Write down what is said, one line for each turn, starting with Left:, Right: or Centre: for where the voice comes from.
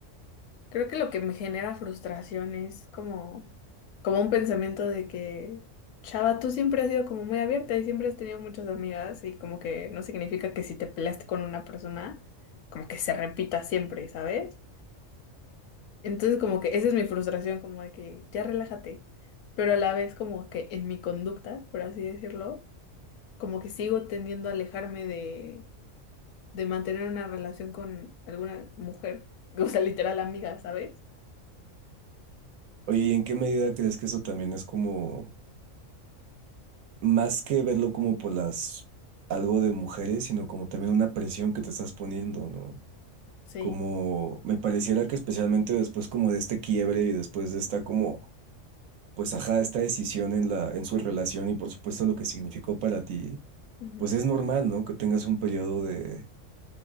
Left: Creo que lo que me genera frustración es como, como un pensamiento de que, chava, tú siempre has sido como muy abierta y siempre has tenido muchas amigas y como que no significa que si te peleaste con una persona, como que se repita siempre, ¿sabes? Entonces como que esa es mi frustración, como de que ya relájate, pero a la vez como que en mi conducta, por así decirlo, como que sigo tendiendo a alejarme de, de mantener una relación con alguna mujer, <laughs> o sea, literal amiga, ¿sabes?
Right: Oye, ¿y en qué medida crees que eso también es como más que verlo como por las algo de mujeres, sino como también una presión que te estás poniendo, ¿no?
Left: Sí.
Right: Como me pareciera que especialmente después como de este quiebre y después de esta como, pues ajá, esta decisión en la, en su relación y por supuesto lo que significó para ti,
Left: Ujú.
Right: pues es normal, ¿no? Que tengas un periodo de,